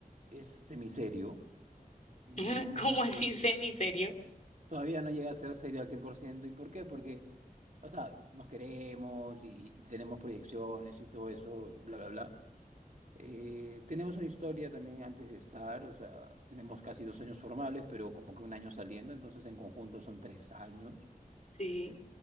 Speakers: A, on the right; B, on the left.
A: es semiserio. Mm,
B: <laughs>
A: Entonces...
B: ¿Cómo así semiserio?
A: todavía no llega a ser serio al cien por ciento ¿Y por qué? Porque, o sea, nos queremos y, y tenemos proyecciones y todo eso, bla, bla, bla. Eh, tenemos una historia también antes de estar, o sea, tenemos casi dos años formales, pero como que un año saliendo, entonces en conjunto son tres años.
B: Sí.